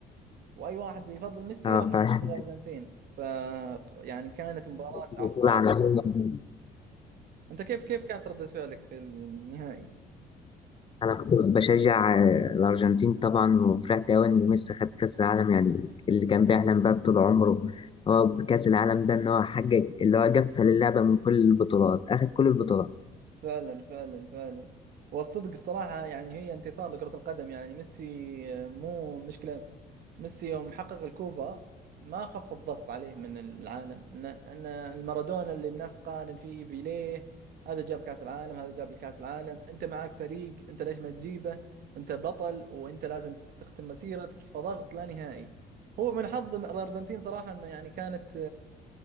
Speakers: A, on the right; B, on the left.
A: واي واحد يفضل ميسي
B: آه،
A: راح يفضل
B: فعلا
A: الارجنتين ف يعني كانت مباراة
B: <laughs>
A: اعصاب
B: بطولة عالمية
A: انت كيف كيف كانت ردة فعلك في النهائي؟
B: انا كنت بشجع آه، الارجنتين طبعا وفرحت قوي ان ميسي خد كاس العالم يعني اللي كان بيحلم بقى طول عمره هو بكاس العالم ده ان هو حقق اللي هو قفل اللعبه من كل البطولات اخد كل البطولات
A: فعلا فعلا فعلا والصدق الصراحة يعني هي انتصار لكرة القدم يعني ميسي مو مشكلة ميسي يوم حقق الكوبا ما خف الضغط عليه من العالم ان ان المارادونا اللي الناس تقارن فيه بيليه هذا جاب كأس العالم هذا جاب الكأس العالم انت معك فريق انت ليش ما تجيبه انت بطل وانت لازم تختم مسيرتك فضغط لا نهائي هو من حظ الارجنتين صراحة انه يعني كانت